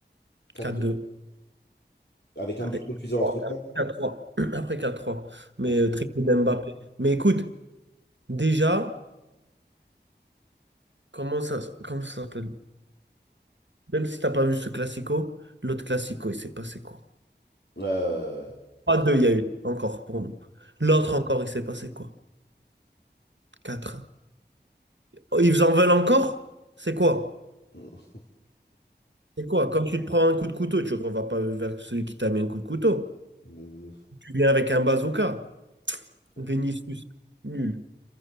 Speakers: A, on the left (about 70°); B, on the right (about 80°).
A: quatre
B: 4-2.
A: deux avec un
B: Ah,
A: but
B: et
A: refusé entre-temps.
B: 4-3. Après 4-3. Mais
A: Ok.
B: euh, triplé
A: Voilà.
B: d'Mbappé. Mais écoute, Déjà, comment ça, comment ça s'appelle? Même si t'as pas vu ce classico, l'autre classico, il s'est passé quoi?
A: Euh,
B: Pas
A: j'ai-
B: deux, il y a eu encore pour nous. L'autre encore, il s'est passé quoi? Quatre. Oh, Ils en veulent encore? C'est quoi?
A: <laughs>
B: C'est quoi? Quand tu te prends un coup de couteau, tu ne vas pas vers celui qui t'a mis un coup de couteau.
A: De ouf.
B: Tu viens avec un bazooka.
A: Ouais.
B: Vinicius, nul,